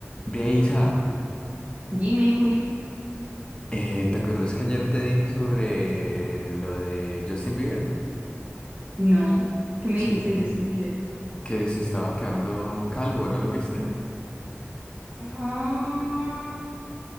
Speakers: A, on the left; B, on the right.
A: Ve, Isa,
B: Dime, Juli.
A: eh, ¿te acuerdas que ayer te dije sobre lo de Justin Bieber?
B: No. ¿Qué me
A: Sí,
B: dijiste de Justin Bieber?
A: que se estaba quedando calvo, ¿no lo viste?
B: Ah,